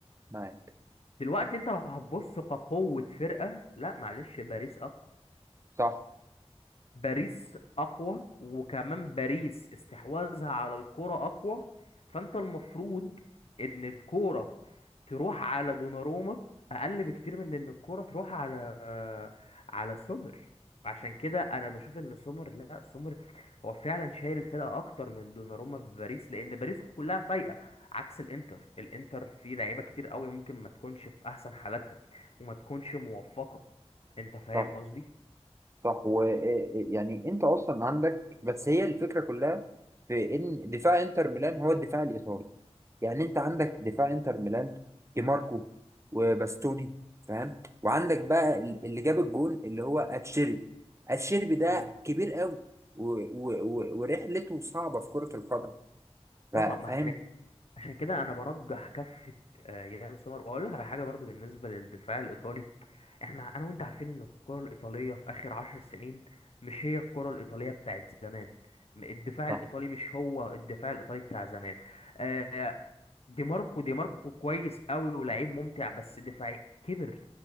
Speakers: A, on the right; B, on the left.
A: معاك
B: دلوقتي انت لو هتبص كقوه فرقه لا معلش باريس اقوى
A: صح
B: باريس اقوى وكمان باريس استحواذها على الكرة اقوى فانت المفروض ان الكرة تروح على دوناروما اقل بكتير من ان الكرة تروح على آه، على سومر عشان كده انا بشوف ان سومر لا سومر هو فعلا شايل الفرقة اكتر من دوناروما في باريس لان باريس كلها فايقة عكس الانتر الانتر فيه لعيبة كتير قوي ممكن ما تكونش في احسن حالاتها وما تكونش موفقة انت فاهم
A: صح
B: قصدي
A: صح ويعني انت اصلا عندك بس هي الفكره كلها في ان دفاع انتر ميلان هو الدفاع الايطالي يعني انت عندك دفاع انتر ميلان دي ماركو وباستوني فاهم وعندك بقى ال- اللي جاب الجون اللي هو اتشيربي اتشيربي ده
B: اه
A: كبير قوي و... و... و... ورحلته صعبه في كره القدم ف-
B: طبعا
A: فاهم
B: ما عشان عشان كده انا برجح كفه آه، يان سومر واقول لك على حاجه برضو بالنسبه للدفاع الايطالي احنا انا وانت عارفين ان الكره الايطاليه في اخر عشر سنين مش هي الكره الايطاليه بتاعت زمان م- الدفاع
A: صح
B: الايطالي مش هو الدفاع الايطالي بتاع زمان آه، دي ماركو دي ماركو كويس قوي ولاعيب ممتع بس دفاعي كبر